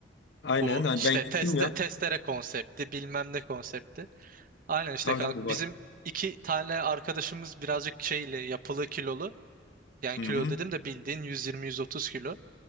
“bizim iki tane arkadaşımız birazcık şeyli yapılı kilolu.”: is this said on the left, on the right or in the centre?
Right